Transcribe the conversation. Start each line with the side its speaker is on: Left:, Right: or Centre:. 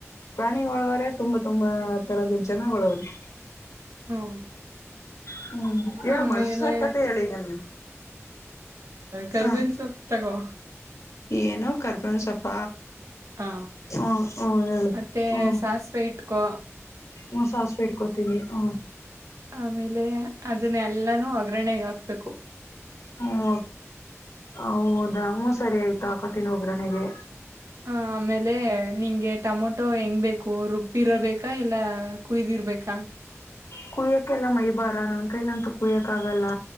Left: ಪ್ರಾಣಿಗಳವ್ರೆ ತುಂಬಾ ತುಂಬಾ ತರದ ಜನಗಳವ್ರೆ.
Right: ಹ್ಮ್
Left: ಹ್ಮ ಹೇಳ
Right: ಆಮೇಲೆ
Left: ಮಳ್ಸರ್ ಕತೆ ಹೇಳಿ ಈಗ ನೀನ್.
Right: ಕರಬೇವಿನ
Left: ಹ
Right: ಸೊಪ್ಪ ತಗೋ
Left: ಏನೋ ಕರಬೇವಿನ ಸೊಪ್ಪ
Right: ಹಾ
Left: ಹ್ಮ ಹ್ಮ ಹೇಳು
Right: ಮತ್ತೆ
Left: ಹ್ಮ್
Right: ಸಾಸಿವೆ ಇಟ್ಕೊ.
Left: ಹ್ಮ ಸಾಸಿವೆ ಇಡ್ಕೋತೀನಿ ಹ್ಮ
Right: ಆಮೇಲೆ ಅದನ್ನ ಎಲ್ಲಾನು ಒಗ್ಗರಣೆಗ ಹಾಕಿ ತಕೊ
Left: ಹ್ಮ ಹೌದ ಸರಿ ಆಯ್ತು ತಾಕತಿನ ಒಗ್ಗರಣೆ ಗೆ
Right: ಹ ಆಮೇಲೆ ನಿಂಗೆ ಟೊಮೊಟೊ ಹೆಂಗ್ ಬೇಕು ರುಬ್ಬಿರಬೇಕಾ ಇಲ್ಲ ಕುಯ್ದಿರ್ಬೇಕಾ
Left: ಕುಯ್ಯಕ್ಕೆೆಲ್ಲ ಮೈ ಬಾರ ನನ್ ಕೈ ನಂತು ಕುೂಯ್ಯಕ ಆಗಲ್ಲ